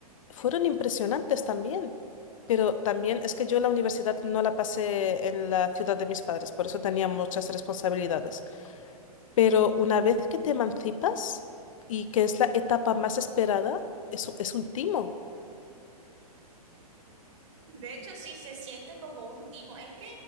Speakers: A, on the left; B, on the right.
A: fueron impresionantes también, pero también es que yo la universidad no la pasé en la ciudad de mis padres, por eso tenía muchas responsabilidades. Pero una vez que te emancipas y que es la etapa más esperada, eso es un timo.
B: De hecho, sí, se siente como un timo. Es que